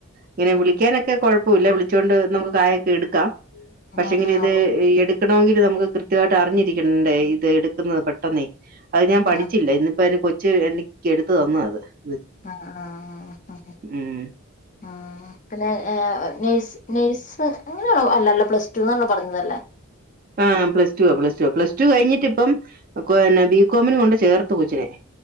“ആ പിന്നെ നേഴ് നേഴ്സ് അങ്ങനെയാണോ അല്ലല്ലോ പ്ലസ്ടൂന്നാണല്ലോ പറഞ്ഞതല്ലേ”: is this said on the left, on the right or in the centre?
Left